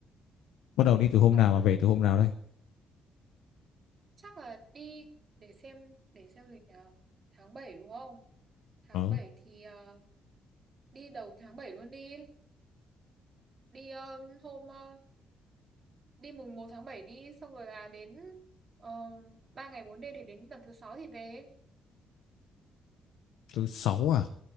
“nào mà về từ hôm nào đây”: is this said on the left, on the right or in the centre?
Left